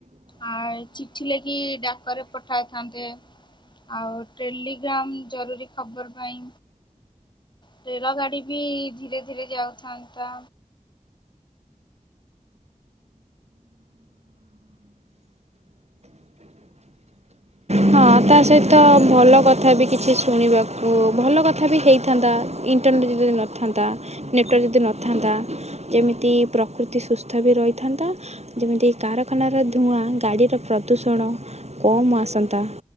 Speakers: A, on the left; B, on the right.
A: ଆ ଚିଠି ଲେଖି ଡାକରେ ପଠାଇଥାନ୍ତେ। ଆଉ ଟେଲିଗ୍ରାମ ଜରୁରୀ ଖବର ପାଇଁ ରେଳ ଗାଡି ବି ଧୀରେ ଧୀରେ ଯାଉଥାନ୍ତା।
B: ହଁ ତା ସହିତ ଭଲ କଥା ବି କିଛି ଶୁଣିବାକୁ ଭଲ କଥା ବି ହେଇଥାନ୍ତା ଇଣ୍ଟରନେଟ୍ ଯଦି ନଥାନ୍ତା ନେଟୱାର୍କ ଯଦି ନଥାନ୍ତା ଯେମିତି ପ୍ରକୃତି ସୁସ୍ଥ ବି ରହିଥାନ୍ତା। ଯେମିତି କାରଖାନାର ଧୂଆଁ ଗାଡ଼ିର ପ୍ରଦୂଷଣ କମ୍ ଆସନ୍ତା